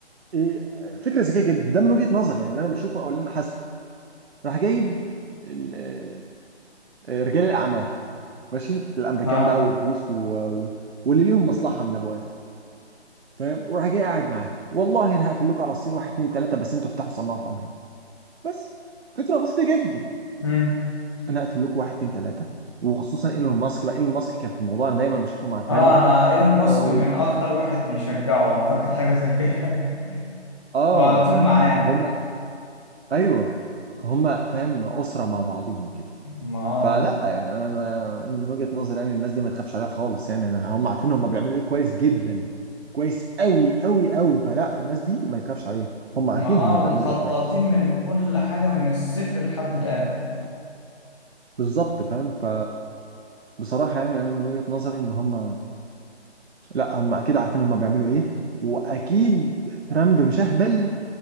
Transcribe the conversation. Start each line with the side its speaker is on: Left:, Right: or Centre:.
Right: ايه فكره ذكيه جدا ده من وجهه نظري يعني اللي انا بشوفه او اللي انا حاسه راح جايب آه، رجال الاعمال ماشي الامريكان
Left: آه
Right: بقى والروس و... و- واللي ليهم مصلحه من ابو اخر فاهم وراح جاي قاعد معاه والله انا هقفل لكم على الصين واحد اتنين تلاته بس انتوا افتحوا صناعه في امريكا بس فكره بسيطه جدا
Left: امم
Right: انا هقفل لكم واحد اتنين تلاته وخصوصا ايلون ماسك بقى ايلون ماسك كان في الموضوع انا دايما بشوفه مع ترامب
Left: اه انا ايلون ماسك
Right: أو...
Left: من اكتر واحد بيشجعه اعتقد حاجه زي كده <laughs>
Right: اه
Left: هو على طول
Right: فاهم
Left: معاه
Right: هم ايوه هم فاهم اسره مع بعضيهم كده
Left: ما
Right: فلا
Left: آه.
Right: يعني انا ما- انا من وجهة نظري يعني الناس دي ما تخافش عليها خالص يعني أنا- هم عارفين هم بيعملوا ايه كويس جدا كويس قوي قوي قوي فلا الناس دي ما يتخافش عليها هم
Left: ما
Right: عارفين
Left: اه
Right: هم
Left: ومخططين
Right: بيعملوا ايه كويس
Left: من كل حاجه من الصفر لحد الاخر
Right: بالظبط فاهم ف بصراحة يعني انا من وجهة نظري ان هم لا هم اكيد عارفين هم بيعملوا ايه واكيد ترامب مش اهبل